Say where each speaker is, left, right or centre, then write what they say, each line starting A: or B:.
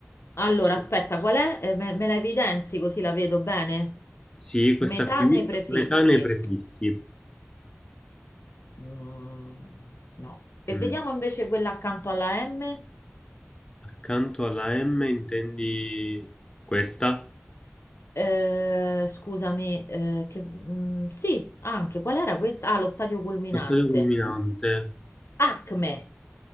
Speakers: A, on the left (about 85°); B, on the left (about 20°).
A: Allora,
B: scusa.
A: aspetta, qual è? Eh, Me, me la evidenzi così la vedo bene?
B: Sì, questa
A: Metà
B: qui,
A: nei prefissi.
B: metà nei prefissi.
A: Mm, no. E
B: Mm.
A: vediamo invece quella accanto alla M.
B: Accanto alla M intendi questa?
A: Eh, scusami, eh, che- mm, sì, anche. Qual era questa? Ah, lo stadio culminante.
B: Sostanza culminante.
A: Acme.